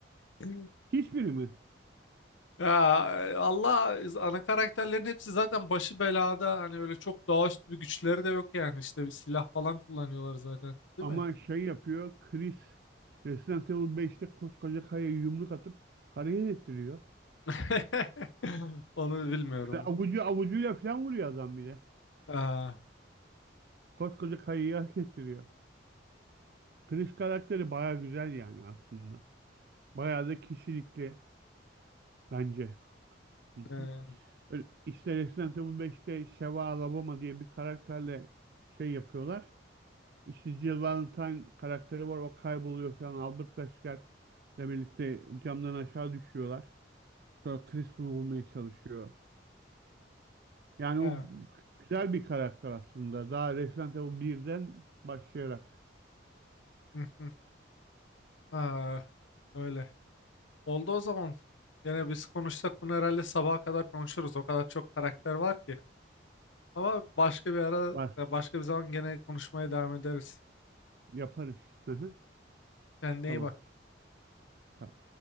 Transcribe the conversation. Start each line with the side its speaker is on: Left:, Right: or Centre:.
Left: <laughs>
Right: hiçbiri mi?
Left: Ya Allah ana karakterlerin hepsi zaten başı belada. Hani öyle çok doğaüstü bir güçleri de yok yani. işte bir silah falan kullanıyorlar zaten. Değil
Right: Ama
Left: mi?
Right: şey yapıyor Chris Resident Evil 5'te koskoca kayaya yumruk atıp hareket ettiriyor.
Left: <laughs> Onu bilmiyorum.
Right: Böyle avucu avucuyla falan vuruyor adam bile.
Left: Aa,
Right: Koskoca kayayı hareket ettiriyor. Chris karakteri baya güzel yani aslında. Bayağı da kişilikli bence. Hı hı.
Left: e,
Right: Öyle İşte Resident Evil beşte Sheva Alabama diye bir karakterle şey yapıyorlar. İşte Jill Valentine karakteri var o kayboluyor falan. Albert Wesker ile birlikte camdan aşağı düşüyorlar. Sonra Chris bunu bulmaya çalışıyor. Yani
Left: ya.
Right: o güzel bir karakter aslında. Daha Resident Evil birden başlayarak
Left: <laughs> Aa, öyle. Oldu o zaman. Yine biz konuşsak bunu herhalde sabaha kadar konuşuruz. O kadar çok karakter var ki. Ama başka bir ara,
Right: <laughs> var
Left: başka bir zaman gene konuşmaya devam ederiz.
Right: yaparız. Hı hı,
Left: Kendine
Right: Tamamdır.
Left: iyi bak.
Right: Tamam.